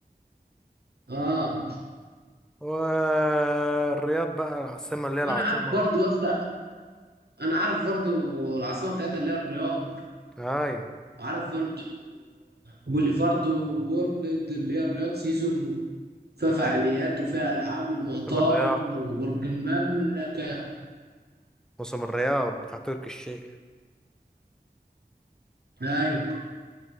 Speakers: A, on the right; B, in the centre.
A: اه
B: والرياض بقى العاصمة اللي هي العاصمة
A: وانا عارف برضو يا اسطى انا عارف برضو العاصمة بتاعتها اللي هي الرياض
B: أيوة
A: وعارف برضو بوليفاردو وورلد اللي هي الرياض سيزون فيها فعاليات
B: أيوة
A: وفيها ألعاب ومطاعم
B: موسم الرياض
A: وبرج المملكة
B: موسم الرياض بتاع تركي الشيخ
A: أيوة